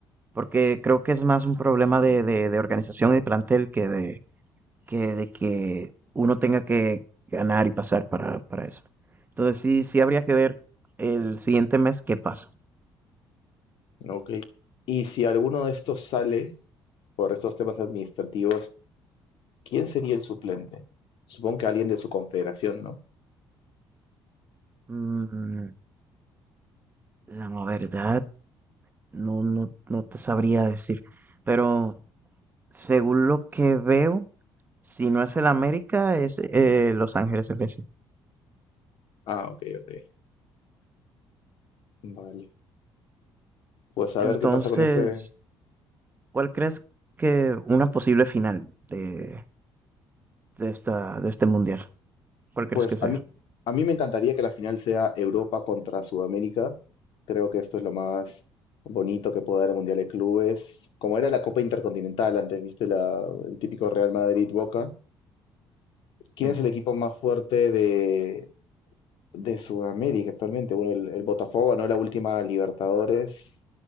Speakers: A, on the right; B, on the left.
A: porque creo que es más un problema de, de, de organización y de plantel que de, que de que uno tenga que ganar y pasar para, para eso. Entonces sí, sí habría que ver el siguiente mes qué pasa.
B: ¿no? Ok. Y si alguno de estos sale por estos temas administrativos, ¿quién sería el suplente? Supongo que alguien de su confederación, ¿no?
A: Mm, la verdad, no, no, no te sabría decir, pero según lo que veo, si no es el América, es eh, Los Ángeles FC.
B: Ah, ok, ok. Vale. Pues a
A: Entonces,
B: ver qué pasa con ese,
A: ¿cuál crees que una posible final de, de esta, de este mundial? ¿Cuál crees
B: Pues
A: que sea?
B: a mí, a mí me encantaría que la final sea Europa contra Sudamérica. Creo que esto es lo más bonito que puede dar el Mundial de Clubes. Como era la Copa Intercontinental antes, viste la, el típico Real Madrid-Boca. ¿Quién
A: Sí.
B: es el equipo más fuerte de, de Sudamérica actualmente? Bueno, el, el Botafogo ganó la última Libertadores,